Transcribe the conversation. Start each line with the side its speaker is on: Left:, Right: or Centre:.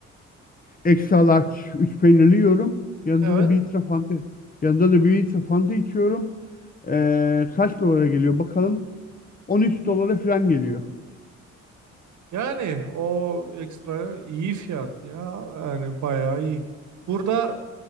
Left: Extra large 3 peynirli yiyorum. Yanında
Right: Evet.
Left: da bir litre fanta, yanında da bir litre fanta içiyorum. Ee, kaç dolara geliyor bakalım. 13 dolara falan geliyor.
Right: Yani o ekstra iyi fiyat ya. Yani bayağı iyi. Burada